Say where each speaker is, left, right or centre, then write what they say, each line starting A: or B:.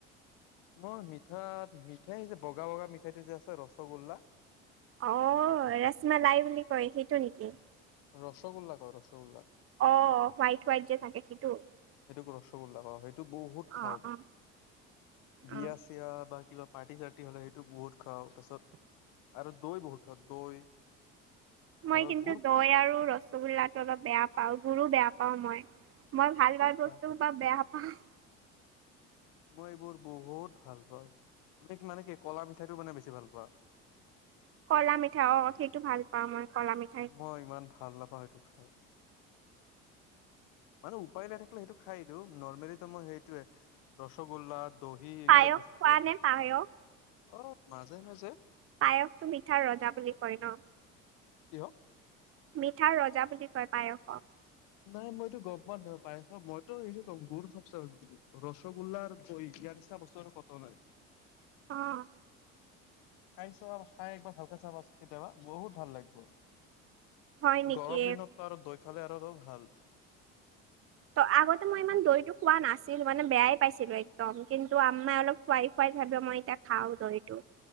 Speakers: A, on the left; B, on the right.
A: মই মিঠাত মিঠাই যে বগা বগা মিঠাইতে যে আছে ৰসগোল্লা
B: অ' ৰসমলাই বুলি কয় সেইটো নেকি?
A: ৰসগোল্লা কয় ৰসগোল্লা।
B: অ' হোৱাইট হোৱাইট যে থাকে সেইটো?
A: সেইটোক ৰসগোল্লা কয়, সেইটো বহুত খওঁ
B: অ
A: মই।
B: অ
A: বিয়া
B: অ।
A: য়া বা কিবা পাৰ্টি চাৰ্টি হ'লে সেইটো বহুত খাওঁ। পাছত আৰু দৈ বহুত খাওঁ। দৈ-
B: মই
A: আৰু
B: কিন্তু
A: গুৰ
B: দৈ
A: খোৱা
B: আৰু ৰসগোল্লাটো অলপ বেয়া পাওঁ গুড়ো বেয়া পাওঁ মই। মই ভাল
A: কি
B: ভাল
A: খোৱা
B: বস্তু সোপা বেয়া পাওঁ।
A: মই এইবোৰ বহুত ভাল পাওঁ, তুমি মানে কি ক'লা মিঠাইটো মানে বেছি ভাল পোৱা?
B: ক'লা মিঠাই অ' সেইটো ভাল পাওঁ মই ক'লা মিঠাই।
A: মই ইমান ভাল নাপাওঁ সেইটো খাই। মানে উপায় নাথাকিলে সেইটো খাই দিও। ৰ্নমেলি মইটো সেইটোয়ে ৰসগোল্লা দহি এইবিলাক
B: পায়স
A: বেছি
B: খোৱা
A: খাওঁ।
B: নে পায়স
A: অ' মাজে মাজে
B: পায়সটো মিঠাৰ ৰজা বুলি কয় ন!
A: কি হক?
B: মিঠাৰ ৰজা বুলি কয় পায়সক।
A: নাই মইতো গ'ম পোৱা নাই, পায়সক মইতো এইটো কম গুুৰ চব ৰগোল্লাৰ ই নিচিনা বস্তু <inaudible>
B: অ'।
A: খাই চাবা খাই একবাৰ ভালকে চাবা কেতিয়াবা বহুত ভাল লাগিব।
B: হয় নেকি
A: গৰম দিনতো আৰু দৈ খালে আৰু ভাল।
B: ত' আগতে মই ইমান দৈটো খোৱা নাছিল মানে বেয়াই পাইছিলো একদম কিন্তু আম্মাই অলপ খাই খাই ভাৱ মই এতিয়া খাওঁ দৈটো